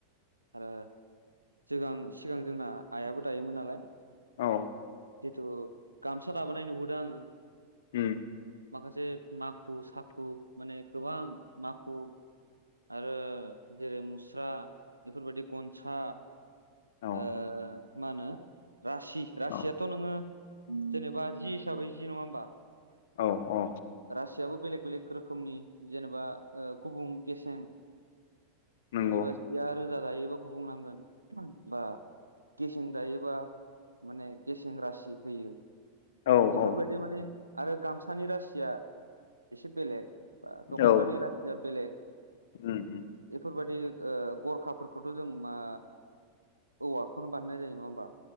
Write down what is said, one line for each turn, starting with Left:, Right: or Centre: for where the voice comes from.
Right: आरो जोगां सिगां जोंना आइयाबो दायोमोन नालाय
Left: औ
Right: जिथु गामसा दाबोनाय नुबोदों आङो।
Left: उम
Right: माखासे माखु साखु माने गोबां माखु आरो जेरै मुस्रा बेफोरबायदि गन सा
Left: औ
Right: ओ माहोनो रासि रासियाथ'
Left: औ
Right: नोङो जेनेबा जि हिसाबै जि नङा होमबा
Left: औ अ
Right: रासियाबो बेलेग बेलेग रोखोमनि जेनेबा ओ गुबुं गेसें
Left: नंगौ
Right: जेनेबा जिया रोजा दायोबा गुबुंनांगोन बा गेसें दायोबा माने गेसें रासि होयो।
Left: औ
Right: बेफोरबायदि
Left: औ
Right: माने आरो गामसानि रासिया एसे बेलेग बा दखनानि
Left: औ
Right: रासिया बेलेग
Left: उम उम
Right: बेफोरबायदि ओ गरखाफोरखौ बो जों मा औवाखौनो बानायनाय जायो नङा होमबा